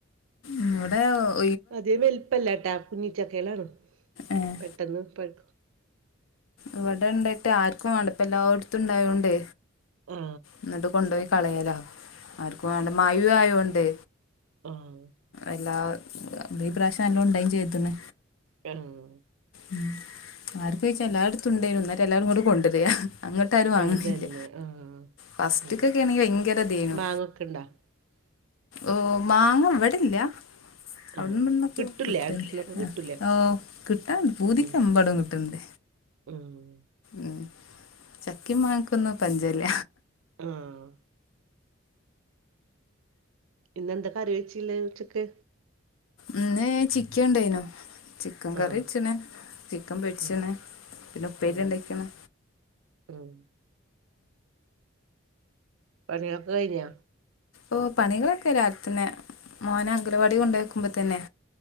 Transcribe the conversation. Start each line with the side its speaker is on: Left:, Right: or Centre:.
Left: ഇവിടെ ഓ
Right: അതിക വലുപ്പല്ല ട്ടാ കുഞ്ഞിച്ചക്കളാണ്
Left: ഏഹ്
Right: പെട്ടെന്ന് പഴ്ക്കും
Left: ഇവീടെ ഇണ്ടായിട്ട് ആർക്കും വേണ്ട പ്പ എല്ലാട്ത്തും ഉണ്ടായോണ്ട്
Right: ആ
Left: എന്നിട്ട് കൊണ്ടോയി കളയലാ ആർക്കും വേണ്ട മയു ആയോണ്ട്
Right: ആഹ്
Left: എല്ലാ ഈ പ്രാവശം നല്ലോം ഉണ്ടായ്ന്‌ ചെയ്ത്ണ്
Right: ഏഹ്
Left: ഉം ആർക്ക്‌ ചോയ്ച്ചാൽ എല്ലായിടത്തും ഉണ്ടേയ്നു ന്ന്‌ട്ട് എല്ലാരും ങ്ങ‌ട്ട് കൊണ്ടരാ അങ്ങ പ്പാരും വാങ്ങണില്ല
Right: അതന്നെ ആ
Left: ഫസ്റ്റ്ക്കൊക്കെ
Right: ആ
Left: ആണെങ്കി ഭയങ്കരതയ്നു
Right: മാങ്ങൊക്കെ <unintelligible>
Left: ഓഹ് മാങ്ങ വ്ടല്ല
Right: ആ
Left: അവിട്ന്നുവിട്ന്നൊക്ക
Right: കിട്ടൂലേ
Left: കിട്ടുണ്ട്
Right: അടുത്തന്നൊക്കെ കിട്ടൂലേ
Left: ഓ കിട്ടണ്ട് പൂതിക്ക്‌
Right: ഉം
Left: എമ്പാടം കിട്ട്ണ്ട്
Right: ഉം ഉം
Left: ഉം ചക്കേം മാങ്ങക്കൊന്നു പഞ്ചല്ല
Right: ആഹ് ഇന്നെന്താ കറി വെച്ചീള്ളെ ഉച്ചക്ക്
Left: ഇന്ന് ചിക്കൻണ്ടേയ്നു ചിക്കൻ കറിച്ച്ണ്
Right: ആ
Left: ചിക്കൻ പൊരിച്ച്ണ്
Right: ഉം
Left: പിന്നെ ഉപ്പേരി
Right: ഉം
Left: ഇണ്ടാക്ക്ണ്
Right: ഉം പണിയൊക്കെ കഴിഞ്ഞാ
Left: ഓ പണികളൊക്കെ രാവ് ലത്തന്നെ മോന അംഗലവാടി കൊണ്ടാക്കുമ്പോ തന്നെ